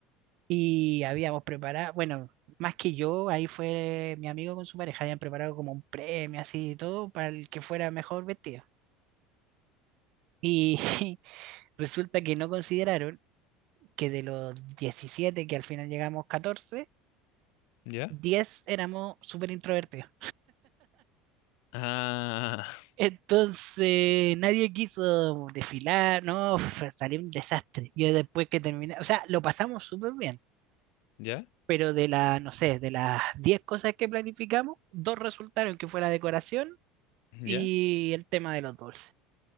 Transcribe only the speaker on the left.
ya.
Ah,
¿ya?
¿Ya?